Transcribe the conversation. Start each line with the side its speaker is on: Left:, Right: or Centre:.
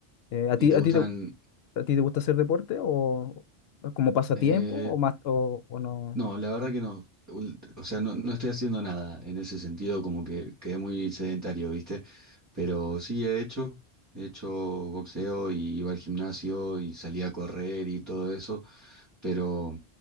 Left: Eh, ¿a
Right: ¿Y
Left: ti,
Right: te
Left: a
Right: gustan?
Left: ti te, a ti te gusta hacer deporte o o como pasatiempo
Right: eh,
Left: o más o, o no?
Right: no, la verdad que no. Ul- O sea, no, no estoy haciendo nada en ese sentido, como que quedé muy sedentario, ¿viste? Pero sí he hecho, he hecho boxeo y iba al gimnasio y salía a correr y todo eso. Pero